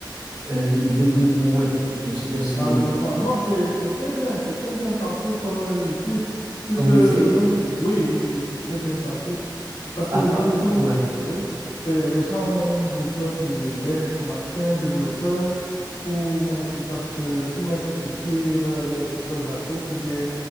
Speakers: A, on the right; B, on the left.
A: euh, le développement web. Je ne sais pas si,
B: dans le développement. Non, c'est, c'est très bien, c'est très bien pensé comme euh, métier. Puisque
A: comme métier,
B: de nos jours, oui, oui, oui, c'est très bien pensé. Parce
A: à
B: que de
A: part,
B: nos jours,
A: ouais,
B: oui, les, les gens ont besoin de, d'un informaticien, d'un développeur pour mettre, parce que- pour mettre sur pied leur- leur- leurs approches ou bien